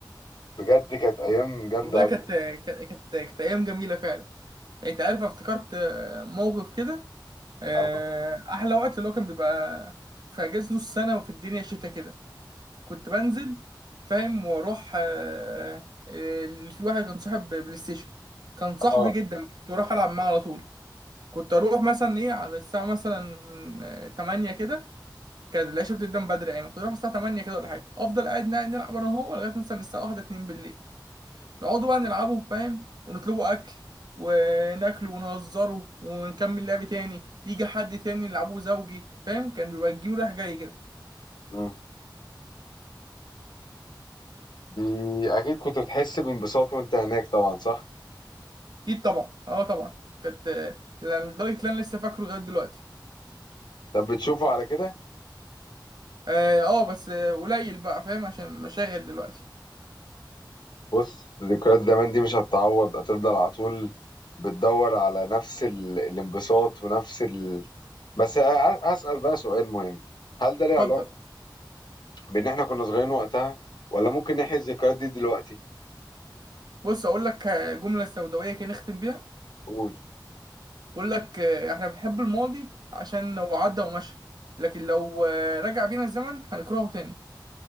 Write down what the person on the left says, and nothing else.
بجد كانت ايام جامده
قوي
اه
اه
آه. دي اكيد كنت بتحس بانبساط وانت هناك طبعا صح
طب بتشوفه على كده
بص ذكريات زمان دي مش هتتعوض هتفضل على طول بتدور على نفس ال... الانبساط ونفس ال... بس أ- أسأل بقى سؤال مهم هل ده ليه علاقة
بإن إحنا كنا صغيرين وقتها ولا ممكن نحيي الذكريات دي دلوقتي؟
قول